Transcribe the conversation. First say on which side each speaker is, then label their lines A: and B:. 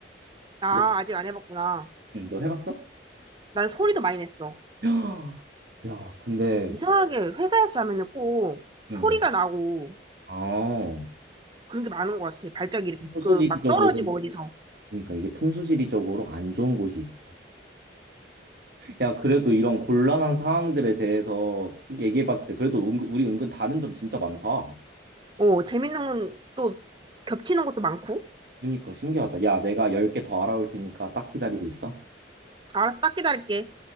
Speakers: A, on the right; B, on the right.
A: 아,
B: 너,
A: 아직 안 해봤구나.
B: 응, 너 해봤어?
A: 난 소리도 많이 냈어.
B: <gasps> 야, 근데,
A: 이상하게 회사에서 자면은 꼭
B: 음,
A: 소리가 나고
B: 아,
A: 그런 게 많은 것 같아. 발작이
B: 풍수지리적으로,
A: 그 막 떨어지고 어디서.
B: 그러니까 이게 풍수지리적으로 안 좋은 곳이 있어. 야, 그래도 이런 곤란한 상황들에 대해서 얘기해봤을 때 그래도 은근- 우리 은근 다른 점 진짜 많다.
A: 어, 재밌는 건 또 겹치는 것도 많고.
B: 그러니까 신기하다. 야, 내가 10개 더 알아올 테니까 딱 기다리고 있어.
A: 알았어, 딱 기다릴게.